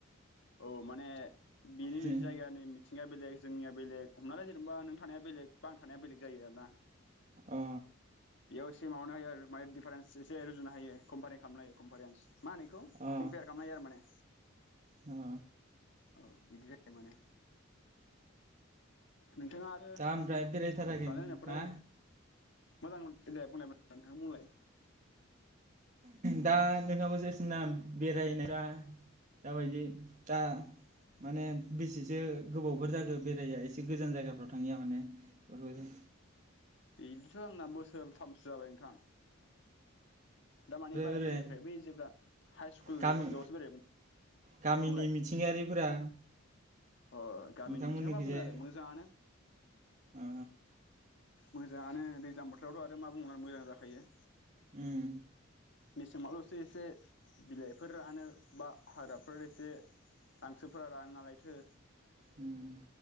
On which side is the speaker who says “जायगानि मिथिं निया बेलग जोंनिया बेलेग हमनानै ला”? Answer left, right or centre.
Left